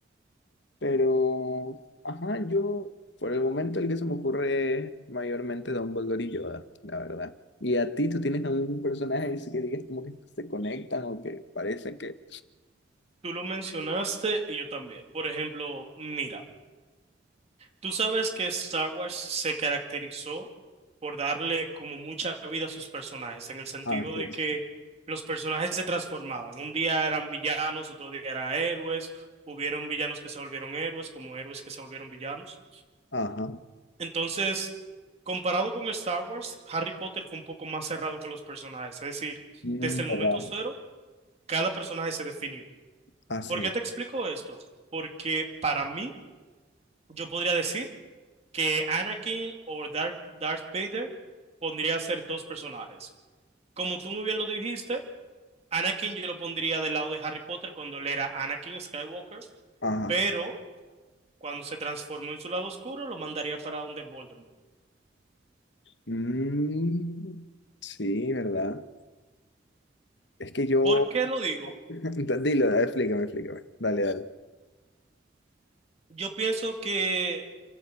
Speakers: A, on the left (about 65°); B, on the right (about 35°).
A: pero, ajá, yo, por el momento el que se me ocurre es mayormente Dumbledore y Yoda, la verdad. ¿Y a ti, tú tienes algún personaje así que digas como que se conectan o que parece que...
B: Tú lo mencionaste y yo también. Por ejemplo, mira. Tú sabes que Star Wars se caracterizó por darle como mucha vida a sus personajes, en el sentido
A: Así
B: de
A: es.
B: que los personajes se transformaban. Un día eran villanos, otro día eran héroes, hubieron villanos que se volvieron héroes, como héroes que se volvieron villanos.
A: Ajá,
B: Entonces, comparado con Star Wars, Harry Potter fue un poco más cerrado con los personajes, es decir,
A: Mm,
B: desde el
A: ¿verdad?
B: momento cero, cada personaje se definió.
A: Así
B: ¿Por qué te explico esto? Porque para mí, yo podría decir que Anakin o Darth, Darth Vader pondría a ser dos personajes. Como tú muy bien lo dijiste, Anakin yo lo pondría del lado de Harry Potter cuando él era Anakin Skywalker,
A: Ajá.
B: pero cuando se transformó en su lado oscuro lo mandaría para donde Voldemort.
A: Mm, sí, ¿verdad? Es que yo...
B: ¿Por qué lo digo?
A: <laughs> Dilo, dale, explícame, explícame. Dale, dale.
B: Yo pienso que,